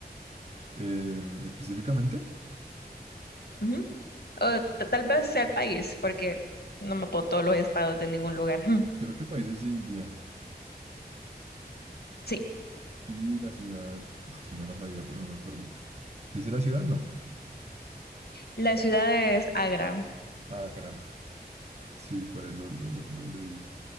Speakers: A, on the right (about 40°); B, on the left (about 70°).
A: Eh, específicamente,
B: Ujú. O t- tal vez sea el país, porque no me puedo todos los estados de ningún lugar. <laughs>
A: creo que el país es India
B: Sí.
A: y la ciudad, ah, yo me la sabía, pero no me acuerdo. ¿Dice la ciudad? No.
B: La ciudad es Agra,
A: Ah, cara. Sí, por ahí lo, lo, lo, lo leí